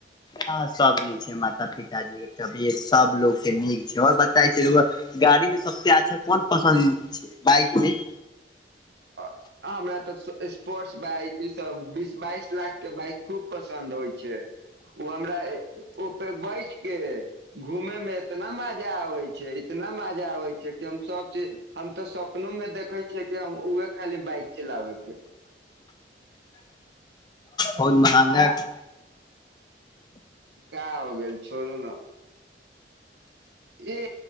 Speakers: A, on the left; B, on the right.
A: हँ सब नीक छै, माता पिताजी के तबियत सबलोग के नीक छै। आऔर बताई की रौवा गाड़ी में सबसे अच्छा कोन पसन्द छै। बाइक मे
B: अ हमरा तऽ सस्पोर्ट्स बाइक ई सब बीस बाइस लाख के बाइक खुब पसन्द होइ छै ओ हमरा ए ओ बैठ के घूमे में एतना मजा आबै छै इतना मजा आबै छै कि हम सब चीज हम तऽ सब अपनो मे देखै छियै कि हम उहे खाली बाइक चलाबै के।
A: बहुत महँगा
B: का हो गैल छोड़ू न। ए